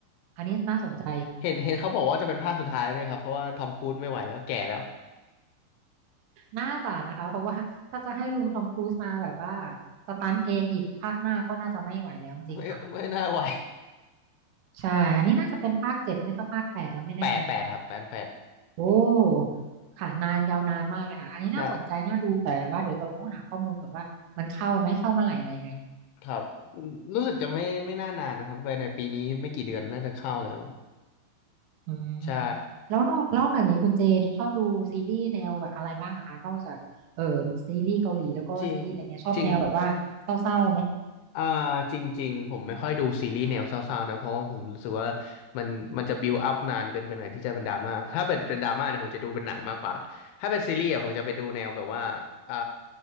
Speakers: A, on the right; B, on the left.
A: อันนี้น่าสนใจ
B: เห็นเห็นเขาบอกว่าจะเป็นภาคสุดท้ายเนี่ยครับเพราะว่าทอมครูซไม่ไหวแล้วแก่แล้ว
A: น่าจะนะคะเพราะว่าถ้าจะให้ลุงทอมครูซมาแบบว่าสตันเองอีกภาคหน้าก็น่าจะไม่ไหวแล้วจริงๆค่ะ
B: ไม่ไม่น่าไหว
A: ใช่อันนี้น่าจะเป็นภาคเจ็ดไม่ก็ภาคแปดแล้วไม่แน่ใจเหมือนกัน
B: <laughs> แปดแปดครับแปดแปด
A: โอ้ค่ะนานยาวนานมากเลยค่ะอันนี้น่าสนใจน่าดูแต่ว่าเดี๋ยวเราต้องหาข้อมูลก่อนว่ามันเข้าไหมเข้าเมื่อไหร่อะไรยังไง
B: ใช่ครับอืมรู้สึกจะไม่ไม่น่านานนะครับไปในปีนี้ไม่กี่เดือนน่าจะเข้าแล้ว
A: อืม
B: ใช่
A: แล้วนอกนอกจากนี้คุณเจชอบดูซีรีส์แนวแบบอะไรบ้างอะคะนอกจากเออซีรีส์เกาหลีแล้วก็ซีรีส์อะไรเงี้ยชอบแนวแบบว่าเศร้าๆไหม
B: จริงจริง อ่าจริงๆผมไม่ค่อยดูซีรีส์แนวเศร้าๆนะเพราะว่าผมรู้สึกว่ามันมันจะบิวอัพนานเกินไปหน่อยที่จะเป็นดราม่าถ้าเป็นเป็นดราม่าเนี่ยผมจะดูเป็นหนังมากกว่าถ้าเป็นซีรีส์อะผมจะไปดูแนวแบบว่าอ่า